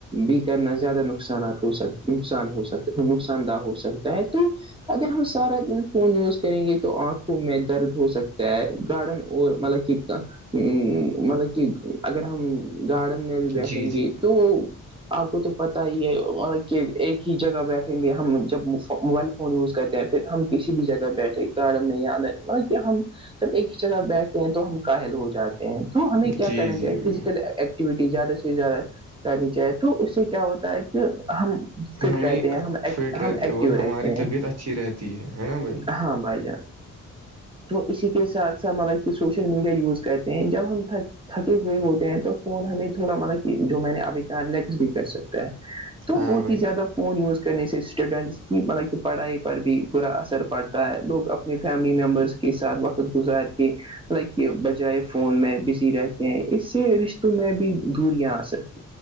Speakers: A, on the right; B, on the right.
A: بھی نہ زیادہ نقصانات ہو سک نقصان ہو سکتا نقصان دہ ہو سکتا ہے تو اگر ہم سارا دن فون یوز کریں گے تو آنکھوں میں درد ہو سکتا ہے گارڈن اور مطلب کہ ہ مطلب کہ اگر ہم گارڈن میں بھی بیٹھیں
B: جی جی
A: گے تو آپ کو تو پتا ہی ہے کہ ایک ہی جگہ بیٹھیں گے ہم جب موبائل فون یوز کرتے ہیں پھر ہم کسی بھی جگہ بیٹھیں گے ک نہیں آیادر مط کہ ہم جب ایک جگہ بیٹھتے ہیں تو ہم کاائل ہو جاتے ہیں تو ہمیں کیا
B: جی
A: کرنا چاہیے
B: جی بھائی
A: فزیکل ایک ایکٹیوٹی زیادہ سے زیادہ کری جائے تو اس سے کیا ہوتا ہے کہ ہم فٹ
B: ہمیں
A: رہتے ہیں ہم ایک
B: فٹ رہتے
A: ہم ایکٹو
B: اور ہماری
A: رہتے ہیں
B: طبیعت اچھی رہتی ہے ہے نا بھائی
A: ہاں بھائی جان تو اسی کے ساتھ ساتھ مطلب کہ سوشل میڈیا یوز کرتے ہیں جب ہم تھک تھکے ہوئے ہوتے ہیں تو فون ہمیں تھوڑا مطلب کہ جو میں نے ابھی کہاں ریلیکس بھی کر سکتا ہے تو
B: ہاں
A: بہت
B: بھائی
A: ہی زیادہ فون یوز کرنے سے اسٹوڈنٹس کی بطلب کہ پڑھائی پر بھی برا اثر پڑتا ہے لوگ اپنی فیملی ممبرس کے ساتھ وقت گزار کے لائک یہ بجائے فون میں بزی رہتے ہیں اس سے رشتوں میں بھی دوریاں آ سکتی ہیں